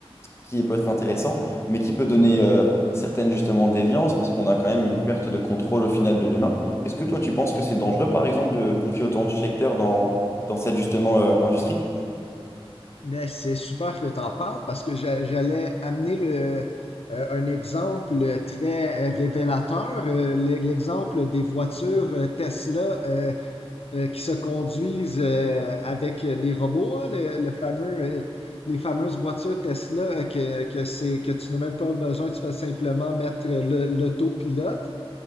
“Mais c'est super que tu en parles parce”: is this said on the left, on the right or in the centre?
Left